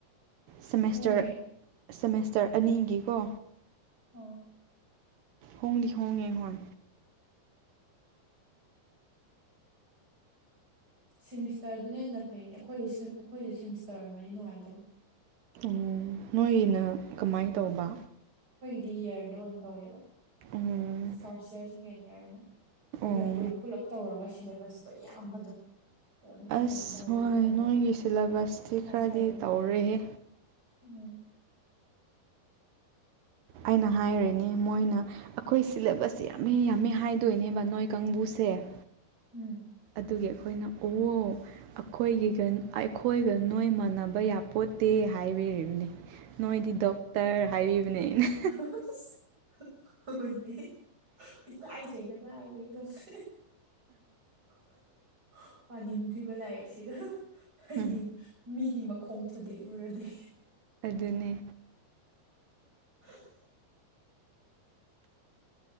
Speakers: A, on the right; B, on the right.
A: ꯁꯦꯃꯦꯁꯇꯔ
B: ꯍꯣꯡꯉꯦ
A: ꯁꯦꯃꯦꯁꯇꯔ ꯑꯅꯤꯒꯤꯀꯣ
B: ꯑꯥ
A: ꯍꯣꯡꯗꯤ ꯍꯣꯡꯉꯦ ꯍꯣꯏ
B: ꯁꯦꯃꯤꯁꯇꯔꯗꯨꯅ ꯍꯦꯟꯅ ꯐꯩꯅꯦ ꯑꯩꯈꯣꯏꯗꯤ ꯁꯦꯝ ꯑꯩꯈꯣꯏꯗꯤ ꯁꯦꯃꯤꯁꯇꯔ ꯑꫭꯏꯔꯝꯃꯗꯤ ꯅꯨꯡꯉꯥꯏꯗꯧꯕ
A: ꯎꯝ ꯅꯣꯏꯒꯤꯅ ꯀꯃꯥꯏ ꯇꯧꯕ
B: ꯗꯤ ꯏꯌꯔꯗ ꯑꯣꯏꯅ ꯇꯧꯋꯦꯕ
A: ꯎꯝ
B: ꯐꯥꯔꯁ ꯏꯌꯥꯔ ꯁꯦꯀꯦꯟ ꯏꯌꯥꯔꯅ ꯑꯗꯨꯅ
A: ꯑꯣ
B: ꯄꯨꯂꯞ ꯄꯨꯂꯞ ꯇꯧꯔꯒ ꯁꯦꯂꯦꯕꯁꯇꯣ ꯌꯥꯝꯕꯗꯣ ꯀꯣꯟꯅ ꯊꯥꯔꯝꯗꯥꯏꯗꯗꯤ
A: ꯑꯁ ꯍꯣꯏ
B: ꯐꯥꯏꯅꯦꯜ
A: ꯅꯣꯏꯒꯤ ꯁꯤꯂꯦꯕꯁꯇꯤ
B: ꯊꯥ
A: ꯈꯔꯗꯤ
B: ꯁꯥꯏꯗꯣ
A: ꯇꯧꯔꯦꯍꯦ
B: ꯎꯝ
A: ꯑꯩꯅ ꯍꯥꯏꯔꯤꯅꯦ ꯃꯣꯏꯅ ꯑꯈꯣꯏ ꯁꯤꯂꯦꯕꯁ ꯁꯦ ꯌꯥꯝꯃꯦ ꯌꯥꯝꯃꯦ ꯍꯥꯏꯗꯣꯏꯅꯦꯕ ꯅꯣꯏ ꯀꯥꯡꯕꯨꯁꯦ ꯇꯦ
B: ꯎꯝ
A: ꯑꯗꯨꯒꯤ ꯑꯩꯈꯣꯏꯅ ꯑꯣ ꯑꯈꯣꯏꯒꯤꯒ ꯑꯥꯏ ꯑꯈꯣꯏꯒ ꯅꯣꯏ ꯃꯥꯟꯅꯕ ꯌꯥꯄꯣꯠꯇꯦ ꯍꯥꯏꯕꯤꯔꯤꯕꯅꯦ ꯅꯣꯏꯗꯤ ꯗꯣꯛꯇꯔ ꯍꯥꯏꯕꯤꯕꯅꯦ ꯑꯩꯅ
B: ꯑꯍꯍ ꯍꯁ ꯍꯣꯏꯅꯦ ꯏꯀꯥꯏꯖꯩꯗ ꯀꯥꯏꯗꯩ ꯗꯣꯛꯇꯔ ꯍꯍ ꯄꯥꯅꯤꯡꯗ꯭ꯔꯤꯕ ꯂꯥꯏꯔꯤꯛꯁꯤꯒ ꯍꯍ ꯍꯌꯦꯡ
A: ꯎꯝ
B: ꯃꯤꯒꯤ ꯃꯈꯣꯡ ꯊꯨꯗꯦꯛꯎꯔꯗꯤ
A: ꯑꯗꯨꯅꯦ
B: ꯎꯝ